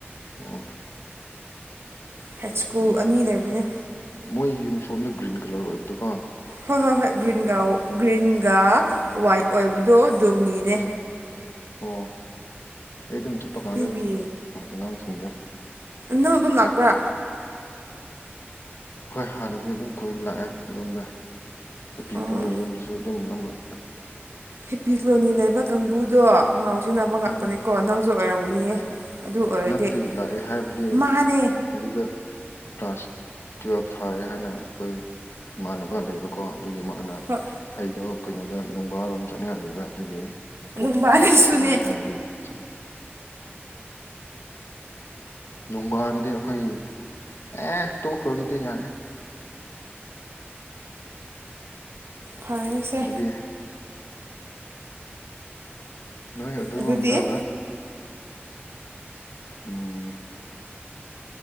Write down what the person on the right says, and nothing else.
ꯍꯥꯏꯠ ꯁ꯭ꯀꯨꯜ
ꯑꯅꯤ ꯂꯩꯕꯅꯤ
ꯍꯣꯏ ꯍꯣꯏ ꯍꯣꯏ ꯒ꯭ꯔꯤꯟꯒ ꯒ꯭ꯔꯤꯟꯒ ꯋꯥꯏꯠ ꯑꯣꯏꯕꯗꯣ ꯗꯨꯝꯅꯤꯅꯦ
ꯕꯦꯕꯤ
ꯅꯪ ꯑꯗꯨꯝ ꯂꯥꯛꯄ꯭ꯔꯥ
ꯑꯣ
ꯍꯦꯄꯤ ꯀꯣꯂꯣꯅꯤ ꯂꯩꯕ ꯀꯥꯡꯕꯨꯗꯣ ꯉꯥꯎ ꯁꯤꯟꯅꯕ ꯉꯥꯛꯇꯅꯦꯀꯣ
ꯅꯪꯁꯨ ꯑꯣꯏꯔꯝꯒꯅꯤꯌꯦ ꯑꯗꯨ ꯑꯣꯏꯔꯗꯤ
ꯃꯥꯅꯦ
ꯍꯣꯏ
ꯅꯨꯡꯕꯥꯅꯁꯨꯅꯦ
ꯐꯪꯉꯁꯦ
ꯑꯗꯨꯗꯤ